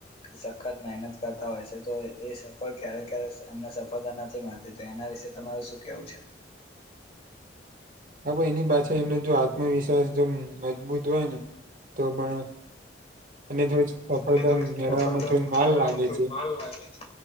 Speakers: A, on the left (about 35°); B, on the right (about 45°).
A: સખત મહેનત કરતા હોય છે. તો એ સફળ ક્યારેક ક્યારેક એમને સફળતા નથી મળતી તો એના વિશે તમારૂ શું કેવું છે.
B: હ એની પાછે એનો જો આત્મવિશ્વાસ જો મજબૂત હોય ને તો પણ અને જો સફળતા
A: અને જો
B: મેળવવામાં
A: સફળતા
B: થોડી માલ
A: મેળવવામાં
B: લાગે
A: થોડી
B: છે.
A: વાર લાગે છે